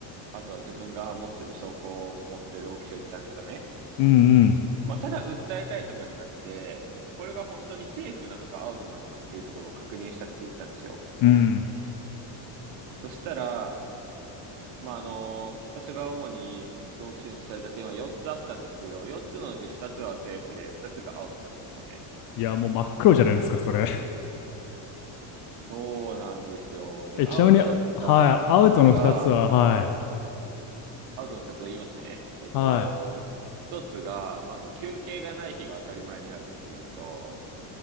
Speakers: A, on the right (about 85°); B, on the left (about 45°).
A: あとは自分が持ってる証拠を持ってる労基署行ったんですよね。
B: うんうん、
A: まあ、ただ訴えたいとかじゃなくて、これが本当にセーフなのかアウトなのかっていうところを確認したくて行ったんですよ。
B: うん。
A: そしたら、まあ、あの、私が主に労基署に伝えた点は4つあったんですけど、4つのうち2つはセーフで、2つがアウトだったんですよね。
B: いや、もう真っ黒じゃないですか、それ。<laughs>
A: そうなんですよ。で、
B: え、
A: アウトだったのが、
B: ちなみに、はい、アウトの2つは、はい。
A: アウトの2つ言いますね。えっと、
B: はい。
A: 1つが、まず休憩がない日が当たり前にあるっていうのと、